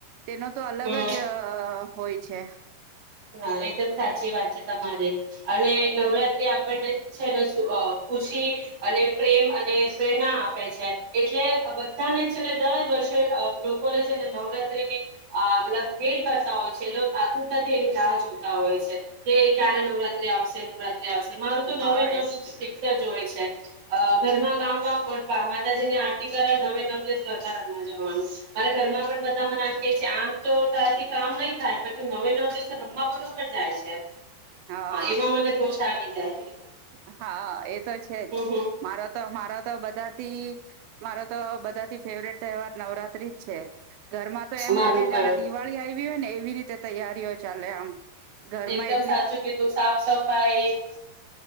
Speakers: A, on the right (about 85°); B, on the right (about 30°).
A: તેનો તો અલગ
B: હમ
A: જ હોય અ છેછ
B: હા એકદમ સાચી વાત છે તમારે અને નવરાત્ર આપણને છેને ખુશી અને પ્રેમ અને પ્રેરણા આપે છે એટલે બધાને છેને દર વર્ષે લોકોને છે ને નવરાત્રીની ભેટ કરતા હોય છે લોક આતુરતા તેવી રાહ જોતા હોય છે તે ક્યારે નવરાત્રી આવશે નવરાત્રી આવશે મારુ તો નવે
A: હા
B: નવ
A: એ
B: દિવસ ફીક્સ જો હોય છે ઘરમાં કામ માતાજી ની આરતી કરે નવે નબ દિવસ ગરબા રમમાં જવાનું મારે ઘરમાં પણ બધામાં નાખ છે આમ તો તારથી કામ નહી થાય પણ તું નવે નવ દિ રમવા બરોબર જાય છે.
A: હા
B: એમાં મને જોશ આવી જાય.
A: હા હા એ તો છે
B: હમ
A: જ મારો તો મારો તો બધાથી મારો તો બધા ફેવરેટ તહેવાર નવરાત્રી જ છે. ઘર માં તો એમ
B: મારું
A: લાગે
B: પણ
A: જાણે દિવાળી આવી વી હોને એવી રીતે તૈયારીઓ ચાલે આમ ઘરમાં
B: એકદમ
A: એટ
B: સાચું કીધું સાફ સફાઈ